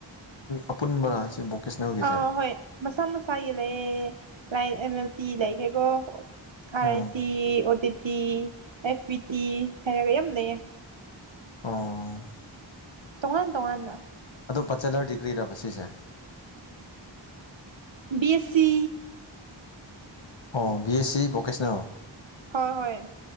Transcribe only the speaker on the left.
ꯑꯄꯨꯟꯕꯔꯥ ꯁꯤ ꯚꯣꯀꯦꯁꯅꯦꯜꯒꯤꯁꯦ
ꯎꯝ
ꯑꯣ
ꯑꯗꯣ ꯕꯆꯦꯂꯔ ꯗꯤꯒ꯭ꯔꯤꯔꯕ ꯁꯤꯁꯦ
ꯑꯣ ꯕꯤ ꯑꯦꯁ ꯁꯤ ꯕꯣꯀꯦꯁꯅꯦꯜ